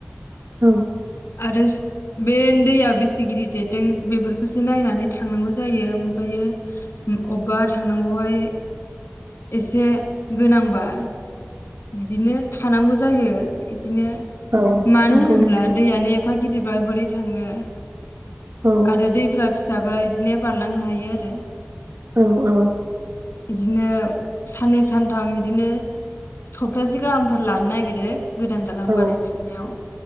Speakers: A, on the right; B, on the left.
A: औ
B: आरो बेनि दैया बेसि गिदिर देरदों बेफोरखौसो नायनानै थांनांगौ जायो ओमफायो उम अबबा थांनांगौवाव हाय एसे गोनांबा बिदिनो थानांगौ जायो इद बिदिनो
A: औ
B: मानो
A: नंगौ
B: होनोब्ला
A: नोंथां
B: दैयानो एफा गिदिरबा बोरै थांनो
A: औ
B: आरो दैफ्रा फिसाबा इदिनो बारलांनो हायो आरो।
A: औ औ
B: बिदिनो साननै सानथाम बिदिनो सप्तासे गाहामफोर लानो नागिरो। गोदान दालां
A: औ
B: बानाय फिननायाव।